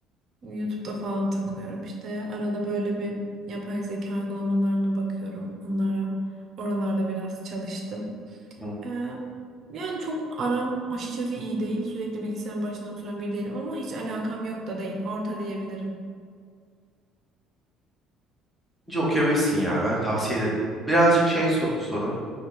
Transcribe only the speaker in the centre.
Hı.
Bence okuyabilirsin ya ben tavsiye ederim. Birazcık şey so- sorun.